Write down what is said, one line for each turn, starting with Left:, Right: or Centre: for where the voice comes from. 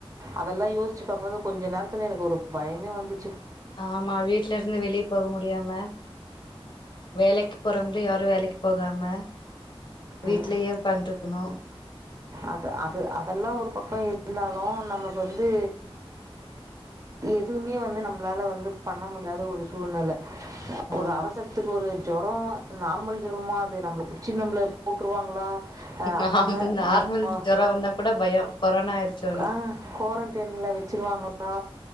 Right: அதெல்லாம் யோசிச்சு பாக்கும் போது கொஞ்ச நேரல எனக்கு ஒரு பயமே வந்து
Left: ஆமா வீட்டுல இருந்து வெளியே போக முடியாம வேலைக்கு போற யாரும் வேலக்கு போகாம வீட்லயே
Right: ம்.
Left: உட்கான் இருக்கணும்
Right: அது அது அதெல்லாம் ஒரு பக்கம் இருந்தாலும் நமக்கு வந்து எதுவுமே வந்து நம்மலால வந்து பண்ண முடியாத ஒரு சூழ்நிலை ஒரு
Left: ஆமா
Right: அவசரத்துக்கு ஒரு ஜேரம் நார்மல் ஜேரமா அது நம்மளை புடிச்சி நம்மள போட்டுருவாங்களா ஆஹ
Left: ஆமா
Right: அதனால
Left: நார்மல்
Right: ஓ
Left: ஜொரம் வந்தா கூட பயம் கொரோனா ஆயிருச்சோன்னு
Right: ஆஹ குவாரண்டு டைம்ல வச்சினுவாங்கள